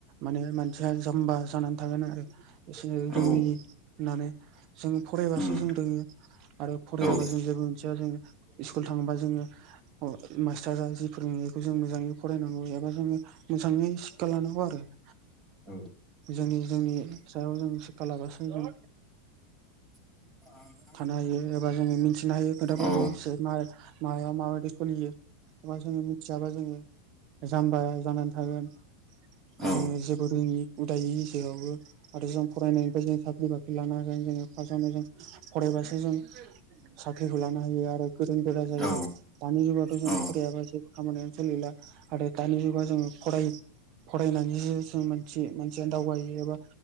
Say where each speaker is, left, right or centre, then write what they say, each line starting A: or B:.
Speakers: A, on the right; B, on the right.
A: माने मानसिया जाम्बा जानानै थागोन आरो एसे
B: औ
A: रोङि
B: औ
A: होननानै जों फरायबासो
B: उम
A: जों रोङो। आरो फरायाबा
B: औ
A: जों जेबो मिथिया जोङो स्कुल थाङोबा जोङो अ मास्टारा फोरोंनायखौ जों मोजाङै फरायनांगौ एबा जोङो मोजाङै सिकखा लानांगौ आरो ।
B: औ
A: जोंनि जोंनि सायाव जों सिकखा लाबासो जों
B: <unintelligible>
A: थानो हायो एबा जोङो मिथिनो हायो खोथाफोरखौ
B: औ
A: जे मा मायाव माबायदि सोलियो। एबा जोङो मिथियाबा जोङो जाम्बा जानानै थागोन।
B: औ
A: जोङो जेबो रोङि उदायि जेरावबो आरो जों फरायनायनिफ्राय जों साख्रि बाख्रि लानो हागोन। जोंङो फासावनो जों फरायबासो जों साख्रिखौ लानो हायो आरो गोरों गोरा जायो
B: औ
A: दानि जुगावाथ' जों
B: औ
A: फरायाबा <unintelligible> खामानियानो सोलिला आरो दानि जुगाव जोङो फराय फरायनानैसो जों मानसि मानसिया दावगायो एबा